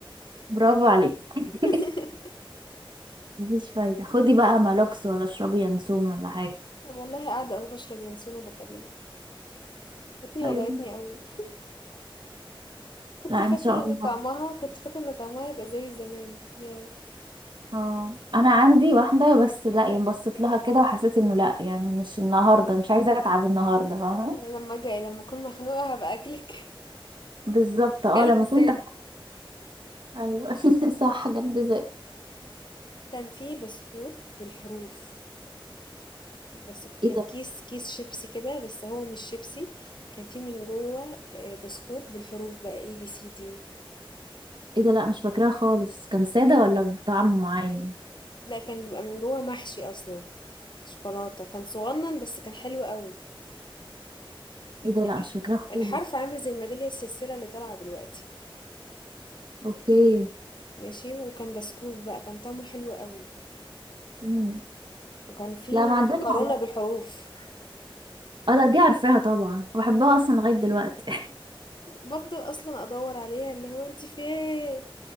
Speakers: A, on the right; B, on the left.
A: برافو عليك <laughs>
B: <laughs>
A: مفيش فايدة خدي بقى مالوكس ولا اشربي ينسون ولا حاجة
B: والله قاعدة أهو باشرب ينسون وباكلمِك، بطني
A: ايوه
B: وجعتني أوي، كنت
A: لا
B: فاكرة
A: ان شاء الله
B: إن طعمها كنت فاكرة إن طعمها هيبقى زي زمان، ياه!
A: اه انا عندي واحدة بس لا يعني بصيت لها كده وحسيت انه لا يعني مش النهاردة مش عايزة اتعب النهاردة فاهمة
B: أنا لمّا آجي لمّا أكون مخنوقة هابقى أكلِك،
A: بالظبط
B: <laughs>
A: اه
B: كلت
A: لما
B: زاد.
A: كنت ايوه <laughs> صح جنب زي
B: كان فيه بسكوت بالحروف بس
A: ايه
B: كان
A: ده
B: كيس كيس شيبسي كده بس هو مش شيبسي كان فيه من جوه آه، بسكوت بالحروف بقى اي بي سي دي
A: ايه ده لا مش فاكراها خالص كان سادة ولا بطعم معين
B: لا كان بيبقى من جوه محشي اصلا شوكولاتة كان صغنن بس كان حلو قوي
A: ايه ده
B: الح-
A: لا مش فاكراها
B: الحرف
A: خالص
B: عامل زي الميدالية السلسلة اللي طالعة دلوقتي
A: اوكي
B: ماشي وكان بسكوت بقى كان طعمه حلو قوي
A: مم.
B: وكان فيه
A: لا ما عدتش
B: مكرونة
A: على
B: بالحروف
A: اه لا دي عارفاها طبعا وبحبها اصلا لغايه دلوقتي
B: بفضل اصلا ادور عليها اللي هو انت فين